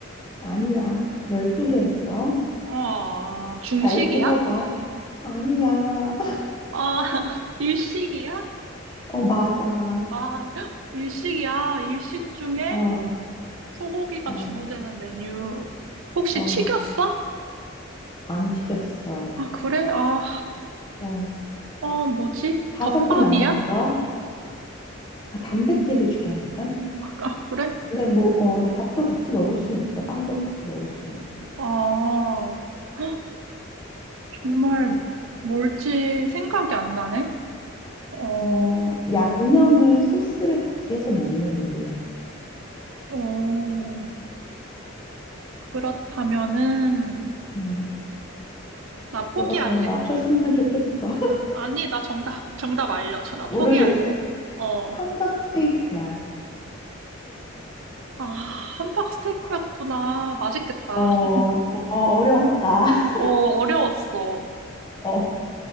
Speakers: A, on the left; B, on the right.
A: 아니야. 12개 했어.
B: 아, 중식이야?
A: 잘 찍어봐. 아니야. <laughs>
B: 아, <laughs> 일식이야?
A: 어, 맞아.
B: 아, 일식이야. 일식 중에
A: 어,
B: 소고기가
A: 어,
B: 주로 되는 메뉴 혹시
A: 어,
B: 튀겼어?
A: 안 튀겼어.
B: 아, 그래? 아,
A: 어,
B: 아, 뭐지?
A: 다섯
B: 덮밥이야?
A: 개 남았어. 아, 단백질이 주라니까.
B: 아, 아, 그래?
A: 근데 뭐, 어, 근데 밥도 같이 먹을 수는 있어. 빵도 같이 먹을 수는 있고.
B: 아, 헉, 정말 뭘지 생각이 안 나네? 어,
A: 어, 음. 양념을 소스를 같이 해서 먹는 요리야.
B: 어, 그렇다면은,
A: 음,
B: 나 포기할래.
A: 너가 정말 맞췄으면 좋겠어. <laughs>
B: 아니, 나 정답, 정답 알려줘. 나
A: 모르겠어.
B: 포기할래. 어.
A: 함박 스테이크야.
B: 아, 함박 스테이크였구나. 맛있겠다.
A: 어, 어,
B: <laughs>
A: 어려웠다. <laughs>
B: 어, 어려웠어.
A: 어,